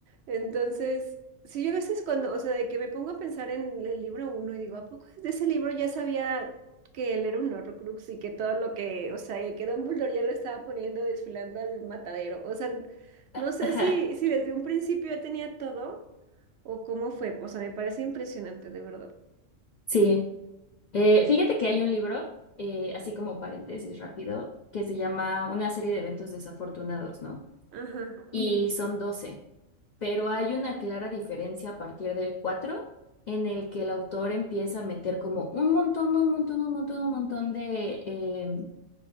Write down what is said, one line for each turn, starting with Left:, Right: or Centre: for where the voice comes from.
Right: Entonces, sí, yo a veces cuando, o sea, de que me pongo a pensar en el libro uno y digo, ¿a poco de ese libro ya sabía que él era un Horrocrux y que todo lo que, o sea, y que Dumbledore ya lo estaba poniendo desfilando al matadero? O sea, no
Left: <laughs>
Right: sé
Left: Ajá,
Right: si, si desde un principio ya tenía todo o cómo fue. O sea, me parece impresionante, de verdad.
Left: sí. Eh, fíjate que hay un libro, eh, así como paréntesis rápido, que se llama Una serie de eventos desafortunados, ¿no?
Right: Ajá.
Left: y son doce Pero hay una clara diferencia a partir del 4 en el que el autor empieza a meter como un montón, un montón, un montón, un montón de em,